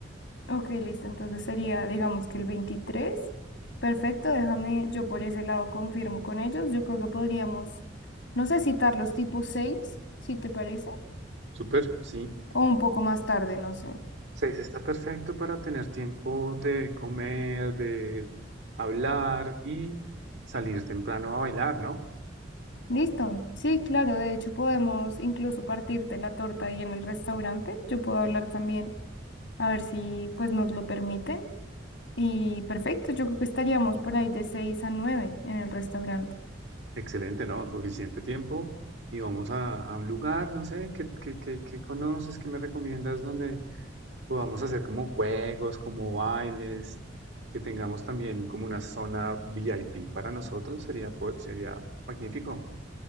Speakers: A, on the left; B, on the right.
A: Ok, listo. Entonces sería, digamos que el 23. Perfecto, déjame, yo por ese lado confirmo con ellos. Yo creo que podríamos, no sé, citarlos tipo 6, si te parece,
B: Súper, sí.
A: o un poco más tarde, no sé.
B: Seis está perfecto para tener tiempo de comer, de hablar y salir temprano a bailar, ¿no?
A: Listo. Sí, claro, de hecho podemos incluso partirte la torta ahí en el restaurante. Yo puedo hablar también, a ver si pues nos lo permiten. Y perfecto, yo creo que estaríamos por ahí de 6 a 9 en el restaurante.
B: Excelente, ¿no? Suficiente tiempo. Y vamos a, a un lugar, no sé, ¿qué, qué, qué, qué conoces, qué me recomiendas donde podamos hacer como juegos, como bailes, que tengamos también como una zona VIP para nosotros? Sería, po- sería magnífico.